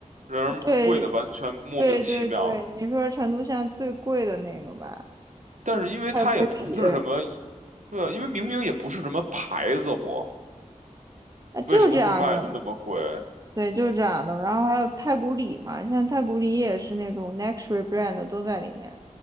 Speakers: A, on the right (about 70°); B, on the right (about 30°).
A: 让人贵的完全莫名其妙。
B: 对对对对，你说成都现在最贵的那个吧，
A: 但是因为它也不是什么，
B: 太古里。
A: 对啊，因为明明也不是什么牌子货，
B: 啊，就这样的，
A: 为什么会卖的那么贵？
B: 对，就是这样的。然后还有太古里嘛，现在太古里也是那种 luxury brand 的都在里面，